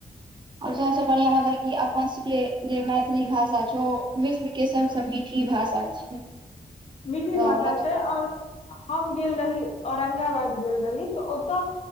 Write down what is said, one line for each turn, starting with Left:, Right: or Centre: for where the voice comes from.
Right: आओर सबसँ बढ़ियाँ हमरा लगैये कि अपन सबके जे मैथिली भाषा छौ ओ विश्व के सबसँ मीठ ठी भाषा छै।
Left: मीठी
Right: तऽ
Left: भाषा
Right: मतलब
Left: छै आओर हम गेल रही औरंगाबाद गेल रही तऽ ओतऽ